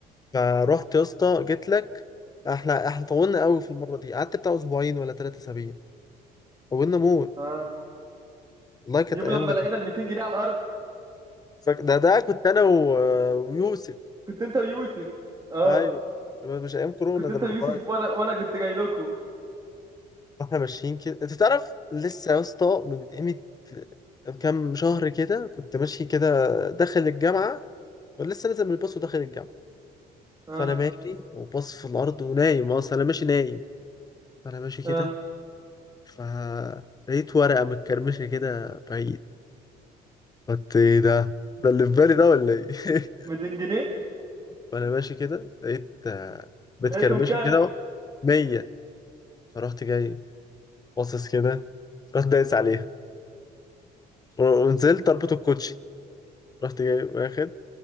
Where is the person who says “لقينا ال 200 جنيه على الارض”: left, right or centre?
Right